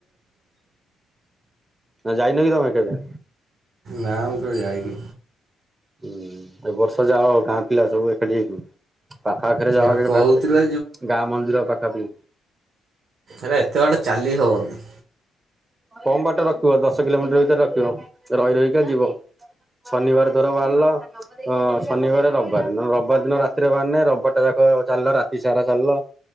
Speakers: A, on the right; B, on the right.
A: ହଁ ଯାଇନ କିି ତମେ କେବେ?
B: ନା ମୁଁ କେବେ ଯାଇନି।
A: ହୁଁ ଏ ବର୍ଷ ଯାଅ ଗାଁ ପିଲା ସବୁ ଏକାଠି ହେଇକି। ପାଖାଆଖରେ ଯାଅ
B: ଏ
A: ଆଗେ
B: କହୁଥିଲେ
A: ଫାଷ୍ଟେ। ଗାଁ ମନ୍ଦିର ପାଖାପାଖି
B: ଆରେ ଏତେବାଟ ଚାଲି ହଉନି।
A: କମ ବାଟ ରଖିବ, ଦଶ କିଲୋମିଟର ଭିତରେ ରଖିବ, ରହି ରହିକା ଯିବ। ଶନିବାର ଧର ବାହାରିଲ, ଶନିବାର ରବିବାର, ନହେଲେ ରବିବାର ଦିନ ରାତିରେ ବାହାରିନେ ରବିବାରଟା ଯାକ ଚାଲିଲ, ରାତି ସାରା ଚାଲିଲ,